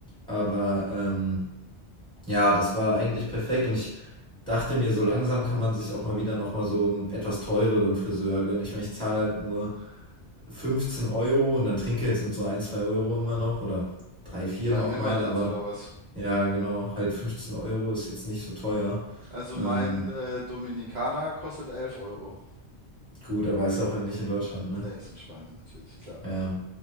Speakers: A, in the centre; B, on the right (about 55°).
A: Aber ähm, ja, das war eigentlich perfekt. Und ich dachte mir, so langsam kann man sich auch mal wieder nochmal so einen etwas teureren Friseur gönnen. Ich meine, ich zahle halt nur 15 Euro und dann Trinkgeld sind so ein 2 Euro immer noch oder 3 4
B: Bei
A: auch
B: Mehmet
A: mal.
B: jetzt
A: Aber
B: oder was?
A: ja, genau, halt 15 Euro ist jetzt nicht so teuer.
B: Also
A: Ähm,
B: mein äh, Dominikaner kostet 11 Euro.
A: gut, aber ist ja auch nicht in Deutschland, ne?
B: Nee, ist in Spanien natürlich, klar.
A: Ja.